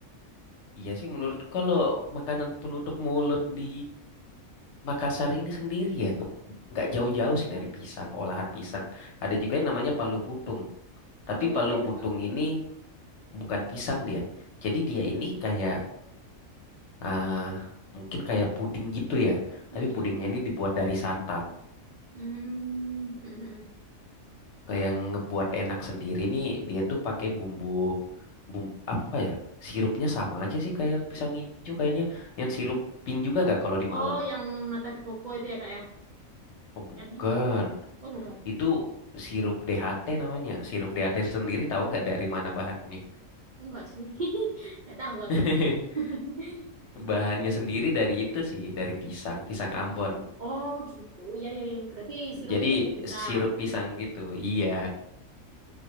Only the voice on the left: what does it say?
iya sih menurut kalau makanan penutup mulut di Makassar ini sendiri ya, ke- nggak jauh-jauh sih dari pisang, olahan pisang. Ada juga yang namanya palu butung. Tapi
palu
butung
ini bukan pisang dia. Jadi dia ini kayak, ah, mungkin kayak puding gitu ya. Tapi
pudingnya ini dibuat dari santan.
Kayak yang ngebuat enak sendiri nih dia tuh pakai bumbu bumbu apa ya? Sirupnya sama aja sih kayak pisang hijau kayaknya. Yang sirup pink juga nggak kalau di
Malang?
Oh, bukan.
Itu sirup DHT namanya. Sirup DHT sendiri tahu nggak dari mana bahannya?
<laughs>
Bahannya sendiri dari itu sih, dari pisang, pisang Ambon.
Jadi
sirup pisang gitu. Iya,